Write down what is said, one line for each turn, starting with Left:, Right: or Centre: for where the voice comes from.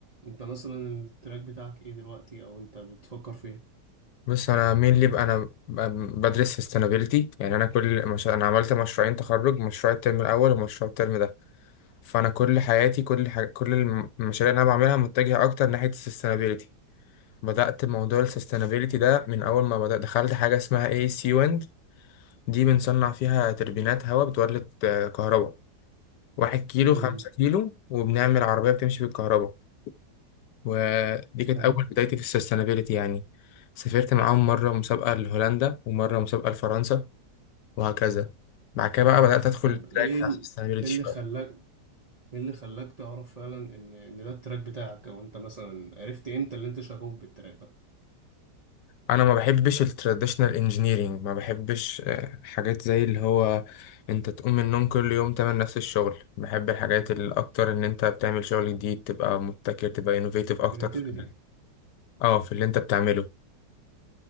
Right: انت مثلا التراك بتاعك ايه دلوقتي او انت بتفكر في ايه
Left: بس انا مين اللي بقى انا ب- بدرس سستينابيلتي يعني انا كل مش... انا عملت مشروعين تخرج مشروع الترم الاول ومشروع الترم ده فانا كل حياتي كل ح... كل الم- المشاريع اللي انا بعملها متجهه اكتر ناحيه السستينابيلتي بدات موضوع السستينابيلتي ده من اول ما بدات دخلت حاجه اسمها اي سي ويند دي بنصنع فيها توربينات هواء بتولد آه، كهرباء واحد كيلو خمسة
Right: امم
Left: كيلو وبنعمل عربية بتمشي بالكهرباء ودي كانت
Right: حلو
Left: أول بدايتي في السستينابيلتي يعني سافرت معاهم مرة مسابقة لهولندا ومرة مسابقة لفرنسا وهكذا بعد كده بقى بدأت أدخل
Right: طب
Left: التراك
Right: ايه
Left: بتاع
Right: ال-
Left: السستينابيلتي
Right: إيه اللي
Left: شوية
Right: خلاك ايه اللي خلاك تعرف فعلا ان ان ده التراك بتاعك او انت مثلا عرفت امتى اللي انت شغوف بالتراك ده
Left: أنا ما بحبش التراديشنال انجينيرينج ما بحبش آه، حاجات زي اللي هو أنت تقوم من النوم كل يوم تعمل نفس الشغل بحب الحاجات اللي أكتر إن أنت بتعمل شغل جديد تبقى مبتكر تبقى انوفيتيف أكتر
Right: كرياتيفيتي
Left: في اه في اللي انت بتعمله